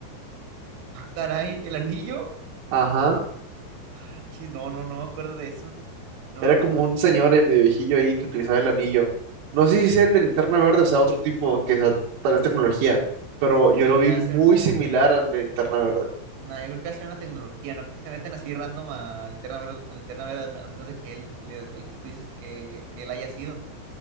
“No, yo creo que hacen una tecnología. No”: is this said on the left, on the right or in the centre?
Right